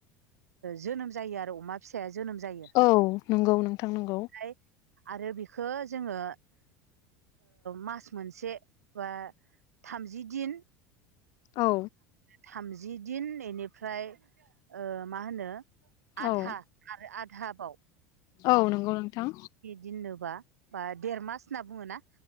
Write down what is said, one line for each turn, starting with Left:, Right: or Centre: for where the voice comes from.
Right: जोनोम जायो आरो अमा फिसाया जोनोम जायो
Left: औ नंगौ नोंथां नंगौ
Right: फ्राय आरो खो जोंङो मास मोनसे बा थामजि दिन
Left: औ
Right: थामजि दिन बेनिफ्राय मा होनो आधा
Left: औ
Right: आरो आधा बाव
Left: औ नंगौ नोंथां
Right: दोननोबा बा देरमास होनना बुङोना